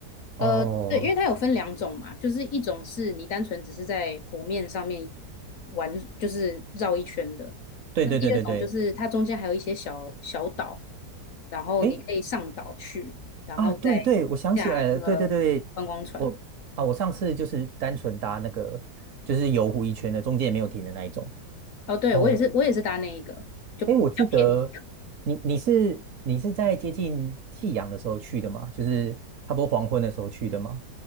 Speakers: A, on the left; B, on the right.
A: 呃，
B: 哦，
A: 哦对，因为它有分两种嘛，就是一种是你单纯只是在湖面上面玩，就是绕一圈的；
B: 对对对对对，
A: 那第二种就是它中间还有一些小小岛，然后你可以上岛去，
B: 诶，
A: 然后再
B: 啊，对对，我想起来了，
A: 下那个观光船。
B: 对对对，我啊，我上次就是单纯搭那个就是游湖一圈的，中间也没有停的那一种。
A: 哦，对，
B: 哦，
A: 我也是，我也是搭那一个，就比较便宜。
B: 哎，我记得你你是你是在接近夕阳的时候去的吗？就是差不多黄昏的时候去的吗？